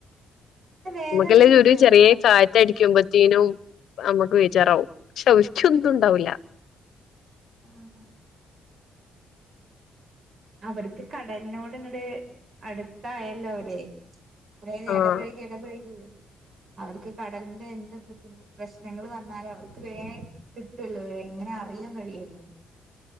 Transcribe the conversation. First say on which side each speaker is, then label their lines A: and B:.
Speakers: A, on the right; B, on the left.
A: ഏ വേറെ
B: ഇമ്മക്കല്ലേ
A: എന്തെങ്കിലും
B: ഒരു
A: ജോലിയൊക്കെ
B: ചെറിയ
A: നോക്കുന്നുണ്ടോ?
B: കാറ്റടിക്കുമ്പത്തേനും അമ്മക്ക് വേചാറാവും ഔര്ക്ക് ഒന്നും ഇണ്ടാവൂല്ല
A: ഉം അവർക്ക് കടലിനോട് ഇങ്ങട് അടുത്തായല്ലോ അവര് അതയായത്
B: ആഹ്
A: എടപെഴകി എടപെഴകി അവർക്ക് കടലിന്റെ എന്ത് ബുദ്ധി പ്രശ്നങ്ങൾ വന്നാലും അവർക്ക് വേ കിട്ടൊല്ലോ എങ്ങനെ അറിയാൻ കഴിയൊല്ലോ